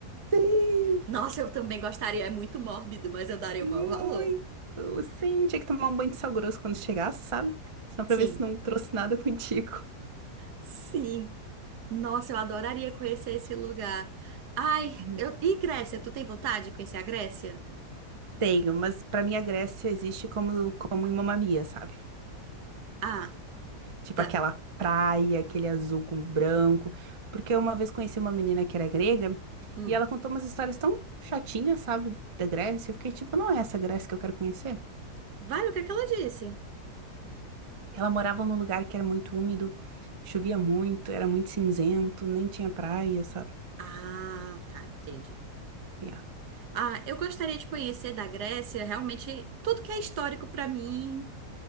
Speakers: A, on the right; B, on the right.
A: Sim!
B: Nossa, eu também gostaria, é muito mórbido, mas eu daria
A: Muito!
B: o maior valor.
A: Sim, tinha que tomar um banho de sal grosso quando chegasse, sabe? Só pra
B: Sim,
A: ver se não trouxe nada contigo.
B: sim. Nossa, eu adoraria conhecer esse lugar. Ai,
A: Uhum.
B: eu... e Grécia? Tu tem vontade de conhecer a Grécia?
A: Tenho, mas pra mim a Grécia existe como, como em Mamma Mia, sabe?
B: Ah,
A: Tipo
B: tá.
A: aquela praia, aquele azul com branco. Porque eu uma vez conheci uma menina que era grega
B: Hum.
A: e ela contou umas histórias tão chatinhas, sabe, da Grécia. Eu fiquei tipo, não é essa Grécia que eu quero conhecer.
B: Vale o que é que ela disse?
A: Ela morava num lugar que era muito úmido, chovia muito, era muito cinzento, nem tinha praia, sabe?
B: Ah, tá, entendi.
A: Yeah.
B: Ah, eu gostaria de conhecer da Grécia realmente tudo que é histórico pra mim,